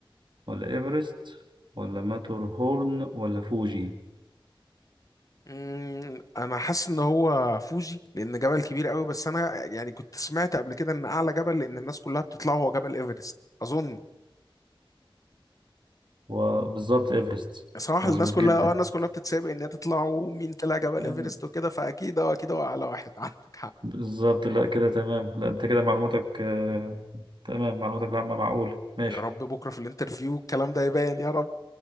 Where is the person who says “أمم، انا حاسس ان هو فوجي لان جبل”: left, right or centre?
Left